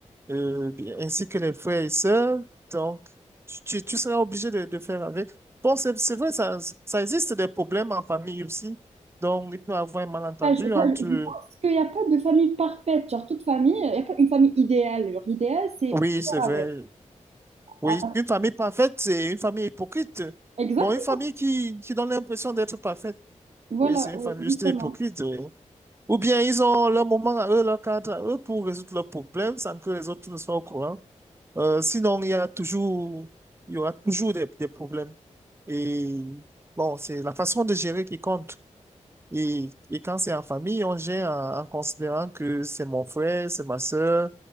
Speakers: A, on the right; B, on the right.
A: euh, ainsi que les frères et sœurs. Donc, tu, tu, tu seras obligé de, de faire avec. Bon, c'est c'est vrai, ça, ça existe des problèmes en famille aussi. Donc, il peut y avoir un malentendu
B: Ah, Je, enfin,
A: entre...
B: je pense qu'il n'y a pas de famille parfaite, genre toute famille, il n'y a pas une famille idéale. Genre l'idéal, c'est...
A: Oui,
B: faire
A: c'est vrai.
B: Avec.
A: Oui,
B: Ah,
A: une famille parfaite, c'est une famille hypocrite.
B: Exact,
A: Bon, une famille qui, qui donne l'impression d'être parfaite.
B: voilà,
A: Oui, c'est une
B: oui,
A: famille juste
B: justement.
A: hypocrite. oui. Ou bien ils ont leur moment à eux, leur cadre à eux pour résoudre leurs problèmes sans que les autres ne soient au courant. Euh, sinon, il y a toujours, il y aura toujours des, des problèmes. Et bon, c'est la façon de gérer qui compte. Et, et quand c'est en famille, on gère en, en considérant que c'est mon frère, c'est ma sœur,